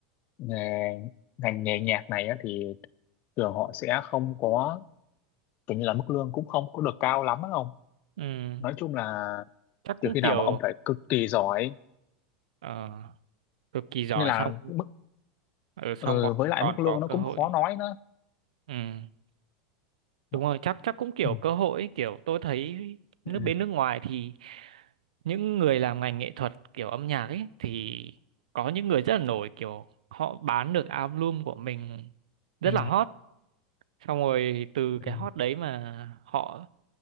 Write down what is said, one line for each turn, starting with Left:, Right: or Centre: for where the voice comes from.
Left: nghề ngành nghề nhạc này á, thì thường họ sẽ không có kiểu như là mức lương cũng không có được cao lắm á ông
Right: Ừm,
Left: nói chung là
Right: chắc cũng
Left: trừ khi
Right: kiểu
Left: nào mà ông phải cực kỳ giỏi
Right: ờ, cực kỳ giỏi
Left: nên là
Right: xong
Left: mức
Right: ở xong
Left: ờ,
Right: còn
Left: với lại
Right: còn
Left: mức lương
Right: có
Left: nó
Right: cơ
Left: cũng
Right: hội
Left: khó nói nữa
Right: Ừm,
Left: Nó-
Right: đúng rồi chắc chắc cũng kiểu
Left: ừ,
Right: cơ hội ấy, kiểu tôi thấy nước
Left: ừ,
Right: bên nước ngoài thì những người làm ngành nghệ thuật kiểu âm nhạc ấy thì có những người rất là nổi kiểu họ bán được album của mình rất
Left: ừ,
Right: là hot xong rồi từ
Left: ừ.
Right: cái hot đấy mà họ